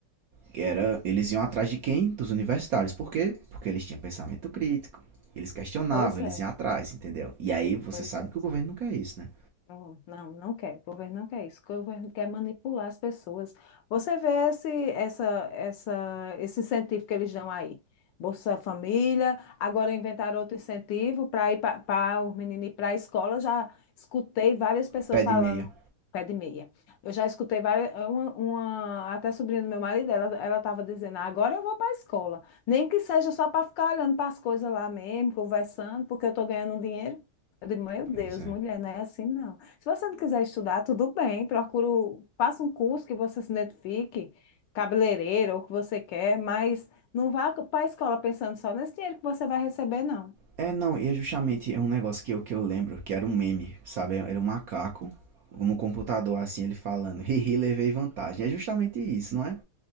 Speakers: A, on the right; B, on the left.
A: era eles iam atrás de quem? Dos universitários. Por quê? Porque eles tinham pensamento crítico, eles questionavam,
B: Pois
A: eles
B: é,
A: iam atrás, entendeu? E aí você
B: pois
A: sabe
B: é.
A: que o governo não quer isso, né?
B: Não, não não quer. O governo não quer isso. O governo quer manipular as pessoas. Você vê esse, essa, essa, esse incentivo que eles dão aí. Bolsa Família, agora inventaram outro incentivo para ir para os meninos ir para a escola. Eu já escutei várias pessoas
A: Pé
B: falando
A: de meia.
B: pé de meia. Eu já escutei várias, uma, uma- até sobrinha do meu marido, ela, ela estava dizendo, "Ah, agora eu vou para a escola. Nem que seja só para ficar olhando para as coisas lá mesmo, conversando, porque eu estou ganhando um dinheiro. Eu digo, meu
A: Pois
B: Deus,
A: é.
B: mulher, não é assim não. Se você não quiser estudar, tudo bem, procuro, faça um curso que você se identifique, cabeleireiro, ou o que você quer, mas não vá para a escola pensando só nesse dinheiro que você vai receber, não.
A: É, não, e é justamente um negócio que eu, que eu lembro, que era um meme, sabe? Era um macaco no computador, assim, ele falando, hihi, levei vantagem. É justamente isso, não é?